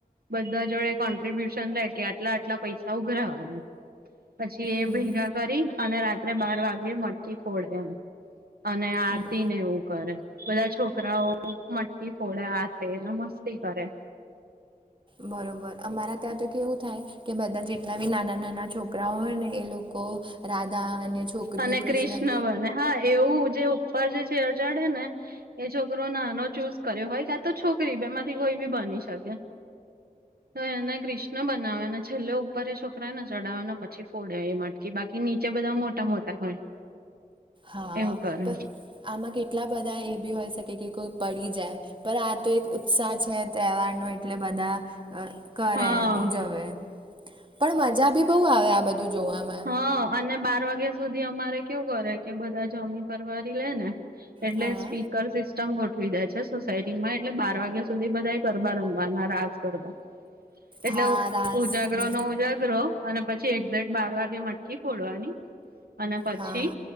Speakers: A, on the right (about 85°); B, on the right (about 30°).
A: બધા જોડે કોન્ટ્રિબ્યુશન લે કે આટલા આટલા પૈસા ઉઘરાવાના. પછી એ
B: હમ
A: ભેગા કરી અને રાત્રે બાર વાગે મટકી ફોડે એમ. અને આરતીને
B: હમ
A: એવું કરે બધા છો કરાઓ મટકી ફોડે આતેને મસ્તી કરે.
B: બરોબર અમારા ત્યાં તો કેવું થાય કે બધા જેટલા બી નાના નાના છોકરાઓ હોય ને એ લોકો રાધા અને છોકરીઓ
A: અને
B: કૃષ્ણ
A: ક્રિષ્ણ બને હા એવું જે ઉપર જે છેે ચડે ને એ છોકરો નાનો ચૂઝ કર્યો હોય કા તો છોકરી બેમાંથી કોઈ બી બની શકે. તો એને કૃષ્ણ બનાવે અને છેલ્લો ઉપરે છોકરાને ચડાવેને પછી ફોડે એ મટકી બાકી નીચે બધા મોટા મોટા હોય.
B: હા
A: એવું કરે
B: પણ આમાં કેટલા બધા એ બી હોય શકે કે કોઈ પડી જાય. પણ આ તો એક ઉત્સાહ છે તહેવારનો એટલે બધા કરે
A: હા
B: એમ ઉજવે પણ મજા ભી બહુ આવે આ બધું જોવા માં
A: હ અને બાર વાગ્યા સુધી અમારે કેવું કરે કે બધા જમી પરવારી લે ને એટલે
B: હા
A: સ્પીકર સિસ્ટમ ગોઠવી દે છે સોસાયટી માં એટલે બાર વાગે સુધી બધાએ ગરબા રમવાના રાસ ગરબા એટલે
B: હા રાસ
A: ઉજાગરો
B: બી
A: નો ઉજાગરો અને પછી એક ઝેટ બાર વાગે મટકી ખોડવાની અને પછી
B: હા